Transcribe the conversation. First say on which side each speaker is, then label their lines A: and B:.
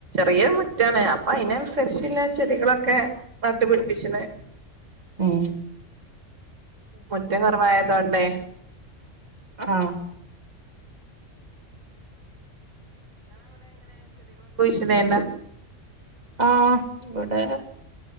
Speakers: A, on the right; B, on the right.
A: വലിയ മുറ്റാണ് അപ്പൊ അതിനനുസരിച്ചില്ല ചെടികളൊക്കെ നട്ടുപിടിപ്പിച്ചത്
B: ഉം
A: മുറ്റം കുറവായതോണ്ടേ
B: ആ
A: പിന്നെ എന്ന
B: ആ ഇവിടെ